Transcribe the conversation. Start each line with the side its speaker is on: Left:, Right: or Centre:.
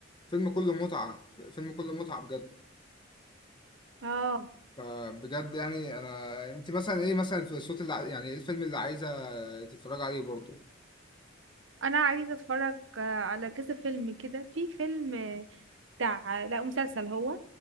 Left: فيلم كله متعة فيلم كله متعة بجد
Right: اه
Left: فبجد يعني انا انت مثلا ايه مثلا الصوت اللي ع- يعني ايه الفيلم اللي عايزة تتفرج عليه برضه
Right: انا عايزه اتفرج آه، على كذا فيلم كده في فيلم آه، بتاع لا مسلسل هو